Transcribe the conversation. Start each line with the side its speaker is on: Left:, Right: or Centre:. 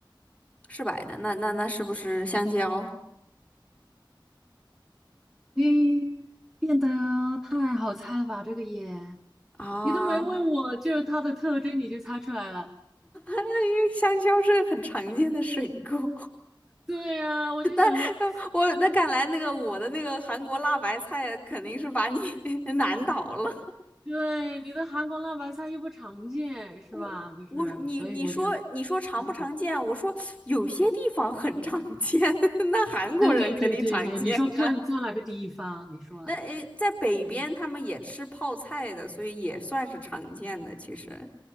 Left: 是白的。那那那是不是香蕉
Centre: 咦，变得太好猜了吧？这个也，
Left: 啊？
Centre: 你都没问我，就是它的特征你就猜出来了。
Left: 因为香蕉是个很常见的水果。
Centre: 对呀、我就想着，
Left: <laughs> 我那看来那个我的那个韩国辣白菜肯定是把你 <laughs> 难倒了。
Centre: 对，你的韩国辣白菜又不常见，是吧？
Left: 我我你你说你说常不常见？
Centre: 就是，所以我就懵了。
Left: 我说有些地方很常见，<laughs> 那韩国人肯定常见啊。
Centre: 对对对对对，你说看做哪个地方？你说，
Left: 那诶，在北边他们也吃泡菜的，所以也算是常见的。其实，